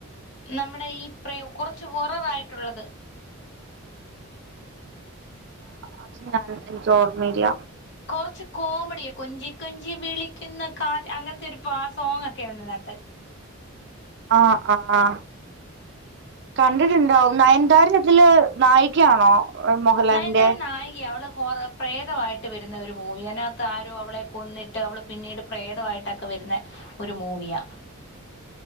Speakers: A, on the left (about 50°); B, on the right (about 50°).
A: നമ്മുടെ ഈ പ്ര കുറച്ച് കൊററായിട്ടുള്ളത്
B: അത് ഞാൻ എനിക്ക് ഓർമീയില
A: കുറച്ച് കോമഡിയോ കൊഞ്ചി കൊഞ്ചി വിളിക്കുന്ന കാ അങ്ങനത്തെ ഒരു സോങ് ഒക്കെ ഉണ്ട് അതിനകത്ത്
B: ആഹ് ആഹ് കണ്ടിട്ടുണ്ടാവും നയൻന്താര ഇതില് നായികയാണോ മോഹൻലാലിന്റെ
A: നയൻ‌താര നായികയ അവള് ഹോറോ പ്രേതമായിട്ട് വരുന്ന ഒരു മൂവി അതിനകത്ത് ആരോ അവളെ കൊന്നിട്ട് അവൾ പിന്നീട് പ്രേതവായിട്ടൊക്കെ വരുന്ന ഒരു മൂവിയാ